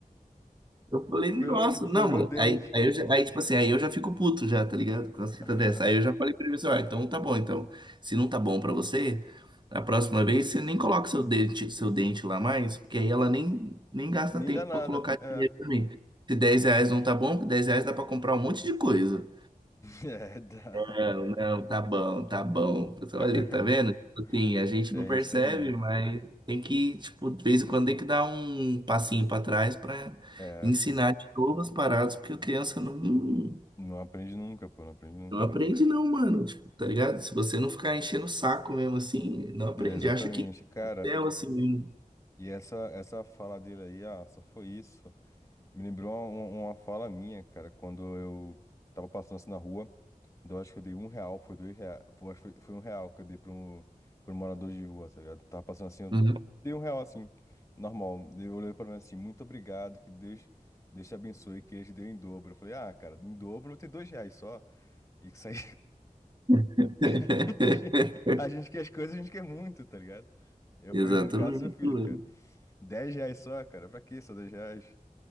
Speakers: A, on the right (about 30°); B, on the left (about 20°).
A: Eu falei, nossa,
B: Pelo,
A: não,
B: pelo meu
A: mano.
B: dente.
A: Aí, aí, eu já, aí, tipo assim, aí eu já fico puto já, tá ligado? Com as fitas
B: Aham.
A: dessa. Aí eu já falei pra ele assim, ó, então tá bom, então. Se não tá bom pra você, a próxima vez você nem coloca seu dente, seu dente lá mais, porque aí ela nem, nem gasta
B: Nem
A: tempo
B: dá nada.
A: pra colocar
B: É.
A: dinheiro
B: <laughs>
A: também. Se 10 reais não tá bom, porque 10 reais dá pra comprar um monte de coisa.
B: É, dá.
A: Não, não, tá bom, tá bom. Pessoal,
B: <laughs>
A: Olha, tá vendo? Tipo Assim, a gente
B: É
A: não percebe,
B: isso aí.
A: mas tem que, tipo, de vez em quando tem que dar um passinho pra trás pra
B: É,
A: ensinar
B: filho.
A: de novo as paradas, porque a criança não,
B: Não aprende nunca, pô, não aprende nunca.
A: não aprende não, mano. Tipo, tá ligado? Se você não ficar enchendo o saco mesmo assim, não aprende.
B: É, Exatamente,
A: Acha que
B: cara.
A: é assim mesmo.
B: E essa, essa fala dele aí, ah, só foi isso. Me lembrou uma, uma fala minha, cara, quando eu tava passando assim na rua, então eu acho que eu dei um real, foi dois reais, foi, acho que foi, foi um real que eu dei pra um, pra um morador de rua, tá ligado? Tava passando assim, eu
A: Uhum.
B: dei um real assim, normal. Daí Eu olhei pra mim assim, muito obrigado, que Deus, Deus te abençoe, que ele te deu em dobro. Eu falei, ah, cara, em dobro eu vou ter dois reais só. E que saiu.
A: <laughs>
B: <laughs> A gente quer as coisas, a gente quer muito, tá ligado? Eu
A: Exatamente.
B: fui em casa do seu filho,
A: mano.
B: cara. Dez reais só, cara, pra que só dez reais?